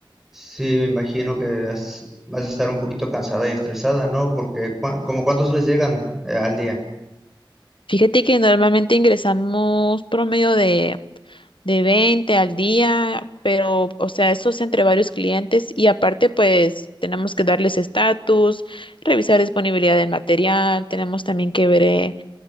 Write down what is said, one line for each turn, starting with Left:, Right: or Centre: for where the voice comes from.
Centre: Sí, me imagino que has- vas a estar un poquito cansada y estresada, ¿no? Porque, cuan- como cuántos les llegan eh, al día?
Left: Fíjate que normalmente ingresamos promedio de, de 20 al día, pero o sea, eso es entre varios clientes y aparte pues tenemos que darles estatus, revisar disponibilidad del material, tenemos también que ver, eh,